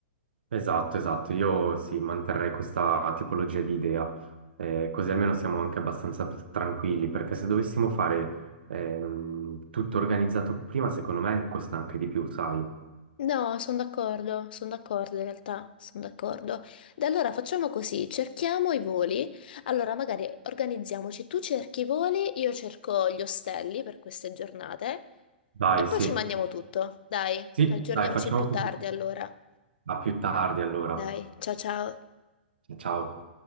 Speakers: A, on the right; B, on the left.
A: Esatto, esatto. Io sì, manterrei questa tipologia di idea, Eh, così almeno siamo anche abbastanza p- tranquilli, perché se dovessimo fare ehm, tutto organizzato prima, secondo me costa anche di più, sai.
B: No, sono d'accordo, sono d'accordo in realtà, sono d'accordo. Da allora facciamo così, cerchiamo i voli, allora magari organizziamoci, tu cerchi i voli, io cerco gli ostelli per queste giornate
A: Dai,
B: e poi
A: sì.
B: ci mandiamo tutto, dai,
A: Sì,
B: aggiorniamoci
A: dai, facciamo
B: più
A: così.
B: tardi allora.
A: A più tardi allora.
B: Dai, ciao ciao.
A: Ciao.